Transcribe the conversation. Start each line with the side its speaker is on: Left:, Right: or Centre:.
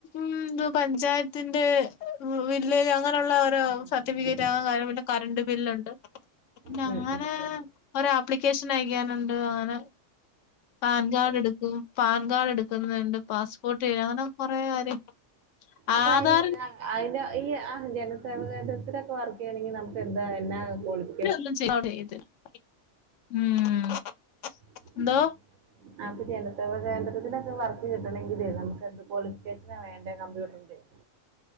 Left: ഈ തു പഞ്ചായത്ത് ത്തിന്റെ വില്ലേജ് അങ്ങനെയുള്ള ഓരോ
Right: ഉം
Left: സർട്ടിഫിക്കറ്റ്
Right: ഉം
Left: അഹ് കാര്യം പിന്നെ കറണ്ട് ബില്ലുണ്ട് പിന്ന
Right: ഉം
Left: അങ്ങനെ ഒരാപ്ലിക്കേഷൻ അയക്കാനണ്ട് അങ്ങനെ പാൻ കാർഡ് എടുക്കും പാൻ കാർഡ് എടുക്ക എടുക്കുന്നുണ്ട് പാസ്പോർട്ട് അങ്ങനെ കൊറെ കാര്യം
Right: അപ്പൊ
Left: ആധാറി
Right: അതിന് അതിന് ഈ ആഹ് ജനസേവക കേന്ദ്രത്തിലൊക്കെ വർക്ക് ചെയ്യണെങ്കിൽ നമുക്ക് എന്താ എന്നാ ക്വാളിഫി
Left: <inaudible> ഉം
Right: <inaudible>
Left: എന്തോ
Right: അപ്പൊ ജനസേവക കേന്ദ്രതത്തിനൊക്കെ വർക്ക് കിട്ടണെങ്കില് നമുക്ക് എന്ത് ക്വാളിഫിക്കേഷന വേണ്ടേ കമ്പ്യൂട്ടറിന്റെയോ